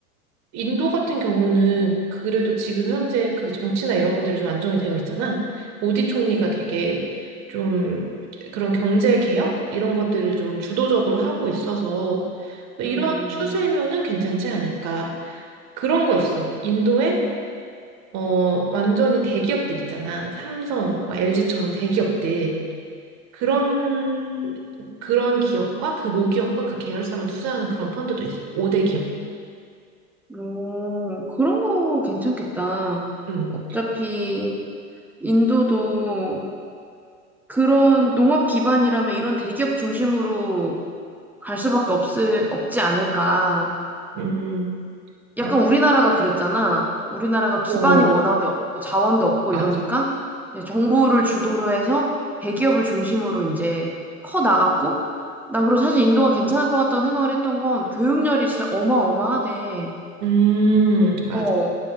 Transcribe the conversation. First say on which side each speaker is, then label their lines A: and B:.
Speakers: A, on the right; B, in the centre.
A: 인도 같은 경우는 그래도 지금 현재 그 정치나 이런 것들이 좀 안정이 되어 있잖아. 모디 총리가 되게 좀 그런 경제 개혁? 이런 것들을 좀 주도적으로 하고 있어서 이런
B: 음.
A: 추세면은 괜찮지 않을까. 그런 거 있어. 인도에, 어, 완전히 대기업들 있잖아. 삼성, 막 LG처럼 대기업들. 그런, 그런 기업과 그 모기업과 그 계열사만 투자하는 그런 펀드도 있어. 5대 기업.
B: 어, 그런 거 괜찮겠다.
A: 음,
B: 어차피 인도도 그런 농업 기반이라면 이런 대기업 중심으로 갈 수밖에 없을, 없지 않을까.
A: 음, 맞아.
B: 약간 우리나라가 그랬잖아. 우리나라가 기반이
A: 어,
B: 워낙에 없고 자원도 없고
A: 맞아.
B: 이러니까 이제 정부를 주도로 해서 대기업을 중심으로 이제 커 나갔고, 난 그리고 사실 인도가 괜찮을 것 같다고 생각을 했던 건 교육열이 진짜 어마어마하대.
A: 음, 맞아.
B: 어,